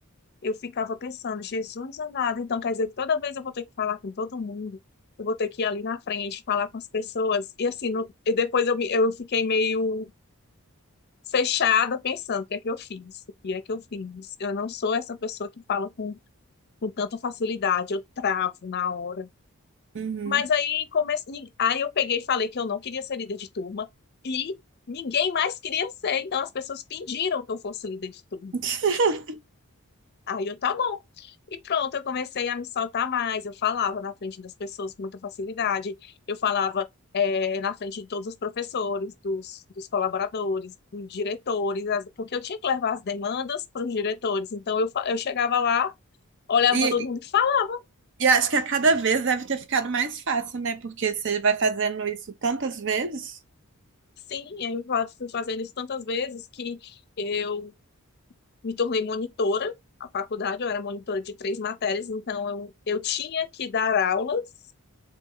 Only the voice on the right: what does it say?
Uhum.
<laughs>
E,
e acho que a cada vez deve ter ficado mais fácil, né? Porque você vai fazendo isso tantas vezes.